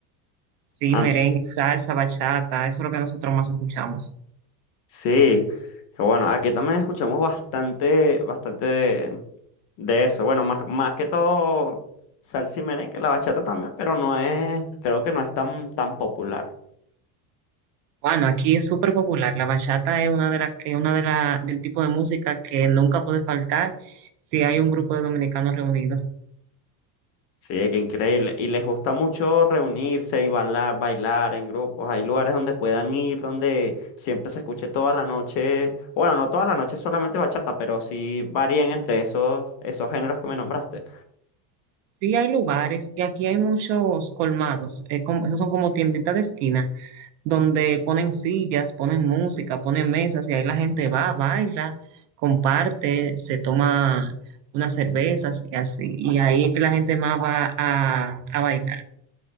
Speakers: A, on the right (about 75°); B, on the left (about 50°).
A: Sí,
B: Ant-
A: merengue, salsa, bachata, eso es lo que nosotros más escuchamos.
B: Sí. Que bueno, aquí también escuchamos bastante, bastante de, de eso. Bueno, más, más que todo salsa y merengue, la bachata también, pero no es, creo que no es tan, tan popular.
A: Bueno, aquí es súper popular. La bachata es una de la, es una de la, del tipo de música que nunca puede faltar si hay un grupo de dominicanos reunidos.
B: Sí, qué increíble. Y les gusta mucho reunirse y bailar, bailar en grupos. Hay lugares donde puedan ir, donde siempre se escuche toda la noche. Bueno, no toda la noche solamente bachata, pero sí varían entre esos, esos géneros que me nombraste.
A: Sí, hay lugares y aquí hay muchos colmados. eh, como- esos son como tienditas de esquina donde ponen sillas, ponen música, ponen mesas y ahí la gente va, baila, comparte, se toma unas cervezas y así. Y ahí es que la gente más va a, a bailar.